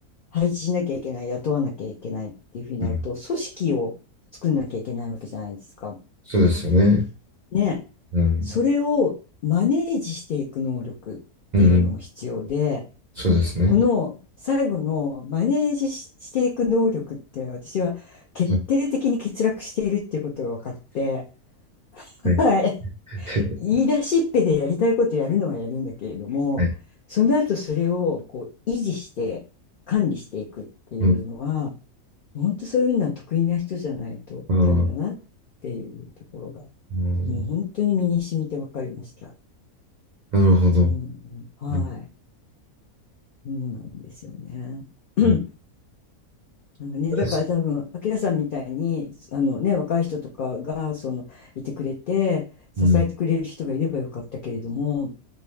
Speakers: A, on the left (about 65°); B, on the right (about 65°).
A: 配置しなきゃいけない、雇わなきゃいけないっていうふうになると、
B: うんうん。
A: 組織を作んなきゃいけないわけじゃないですか。
B: そうですよね。
A: ね。
B: うん。
A: それをマネージしていく能力っていうのも必要で、
B: うん。そうですね。
A: この最後のマネージし、していく能力っていうのは私は決定的に欠落しているっていうことが分かって、
B: はい。
A: はい。
B: はい。<laughs>
A: 言い出しっぺでやりたいことやるのはやるんだけれども、
B: はい。
A: その後それをこう維持して管理していくっていうのは、
B: うん。
A: 本当そういうのは得意な人じゃないとダメだなっていうところが、
B: ああ、うん。
A: もう本当に身に染みて分かりました。
B: なるほど。
A: うん、はい。
B: うん。
A: そうなんですよね。<clears throat>
B: うん。
A: なんかね、
B: 私
A: だから多分、明きさんみたいに、あのね、若い人とかが、その、いてくれて、支えてくれる人がいればよかったけれども、
B: うん。